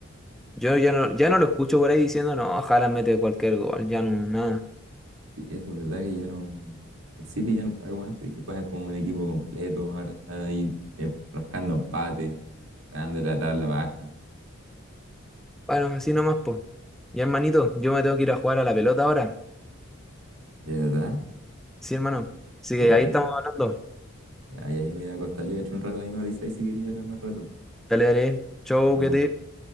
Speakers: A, in the centre; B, on the right.
A: Yo ya no, ya no lo escucho por ahí diciendo, no, Haaland mete cualquier gol. Ya no, nada.
B: Sí, Eso es verdad que ya no. El City ya no está como antes, que juega como un equipo completo. Ahora están ahí eh, rascando empate, ganando la tabla baja.
A: Bueno, así nomás, po. Ya hermanito, yo me tengo que ir a jugar a la pelota ahora.
B: ¿De verdad?
A: Sí, hermano. Así
B: Puta.
A: que ahí estamos hablando.
B: Ya, ya, yo mira, Costa, yo he hecho un rato ahí, me avisáis si quería hablar más rato.
A: Dale, dale. Chau,
B: Pero
A: cuídate.